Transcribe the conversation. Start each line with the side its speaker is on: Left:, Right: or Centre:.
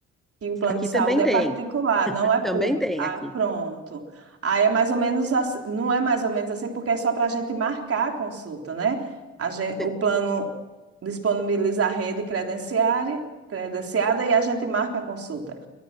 Right: que o plano
Centre: Aqui
Right: de saúde
Centre: também
Right: é
Centre: tem.
Right: particular, não é público.
Centre: Também tem
Right: Ah,
Centre: aqui.
Right: pronto. Aí é mais ou menos assim, não é mais ou menos assim, porque é só para a gente marcar a consulta, né? A gente,
Centre: Você
Right: o plano disponibiliza a rede credenciária, credenciada e a gente marca a consulta.